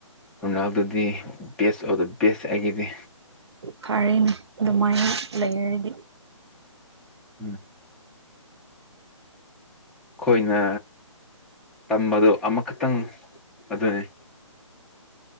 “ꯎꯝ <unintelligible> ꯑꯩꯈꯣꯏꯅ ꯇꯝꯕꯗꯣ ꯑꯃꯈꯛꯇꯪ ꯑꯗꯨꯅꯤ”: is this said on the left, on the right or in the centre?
Centre